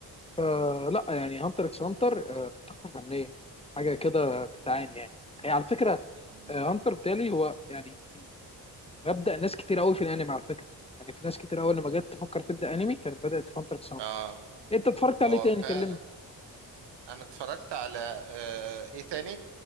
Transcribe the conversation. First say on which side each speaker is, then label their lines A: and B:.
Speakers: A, on the left (about 15°); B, on the right (about 85°).
A: فلا يعني هانتر اكس هانتر تحفة فنية حاجة كده تتعاني يعني هي على فكرة
B: مم.
A: آه، هانتر بتالي هو يعني مبدأ ناس كتير قوي في الانمي على فكرة يعني في ناس كتير قوي لما جت تفكر تبدأ انمي كانت بدأت في هانتر اكس هانتر
B: اه
A: انت اتفرجت عليه
B: هو
A: تاني
B: فعلا
A: كلمني
B: انا اتفرجت على آه ايه تاني